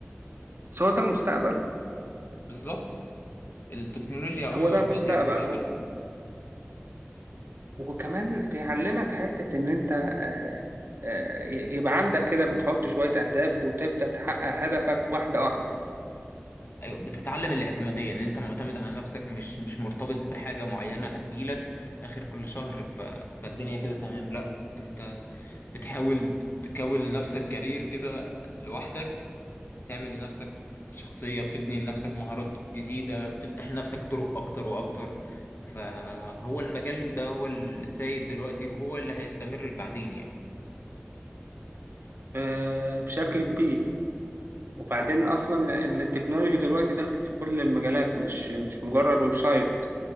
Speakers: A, on the right (about 60°); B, on the left (about 55°).
A: بس هو ده المستقبل
B: بالظبط التكنولوجيا عموما
A: هو ده المستقبل
B: بقت هي المستقبل
A: و- وكمان بيعلمك حتة إن أنت آه، آه، ي- يبقى عندك كده بتحط شوية أهداف وتبدأ تحقق هدفك واحدة واحدة
B: ايوه بتتعلم الاعتماديه ان انت معتمد على نفسك مش مش مرتبط بحاجه معينه هتجيلك اخر كل شهر ف... فالدنيا كده تمام لا انت بتحاول تكون لنفسك كارير كده لوحدك تعمل لنفسك شخصيه بتبني لنفسك مهارات جديده بتفتح لنفسك طرق اكتر واكتر فهو المجال ده هو السيد دلوقتي وهو اللي هيستمر بعدين يعني
A: آه، بشكل كبير وبعدين
B: هو-
A: أصلا التكنولوجي دلوقتي داخل في كل المجالات مش مش مجرد ويب سايت